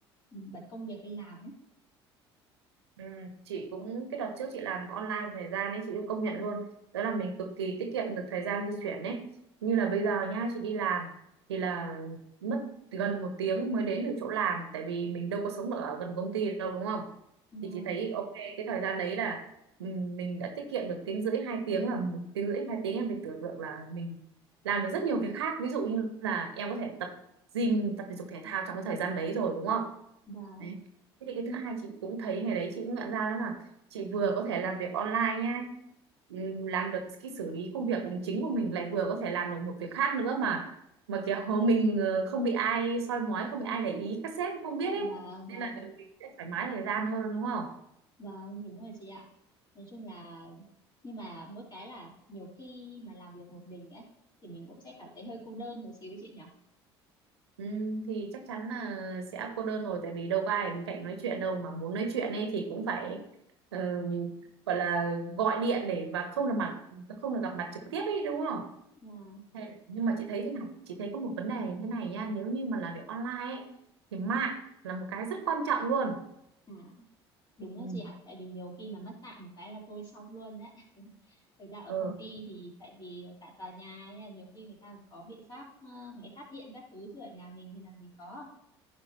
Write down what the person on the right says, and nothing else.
Ừ, chị cũng cái đợt trước chị làm online một thời gian ấy chị cũng công nhận luôn đó là mình cực kỳ tiết kiệm được thời gian di chuyển ấy như là bây giờ nhá chị đi làm thì là mất gần một tiếng mới đến được chỗ làm tại vì mình đâu có sống ở gần công ty đâu đúng không
thì chị thấy ok cái thời gian đấy là ừm, mình đã tiết kiệm được tiếng rưỡi hai tiếng là một tiếng rưỡi hai tiếng em phải tưởng tượng là mình làm được rất nhiều việc khác ví dụ như là em có thể tập gym tập thể dục thể thao trong cái thời gian đấy rồi đúng không
Đấy. Thế thì cái thứ hai chị cũng thấy ngày đấy chị cũng nhận ra đó là chị vừa có thể làm việc online nhá ừm, làm được cái xử lý công việc chính của mình lại vừa có thể làm được một việc khác nữa mà mà kiểu <laughs> mình ờ, không bị ai soi mói không bị ai để ý các sếp cũng không biết
ấy nên
là mình sẽ thoải mái thời gian hơn đúng không
Ừm, thì chắc chắn là sẽ cô đơn rồi tại vì đâu có ai ở bên cạnh nói chuyện đâu mà muốn nói chuyện ấy thì cũng phải ờ, gọi là gọi điện để và không là mặt không được gặp mặt trực tiếp ấy đúng không
Thế- nhưng mà chị thấy thế này chị thấy có một vấn đề như thế này nha nếu như mà làm việc online ấy, thì mạng là một cái rất quan trọng luôn
ừ,
ừ,